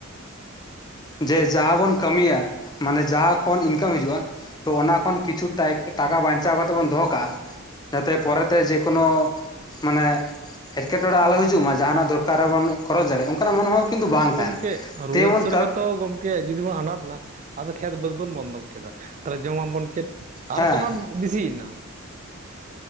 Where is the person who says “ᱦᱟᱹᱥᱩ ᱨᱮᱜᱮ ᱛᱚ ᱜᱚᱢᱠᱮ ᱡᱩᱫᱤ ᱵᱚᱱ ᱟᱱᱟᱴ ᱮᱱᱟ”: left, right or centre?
Right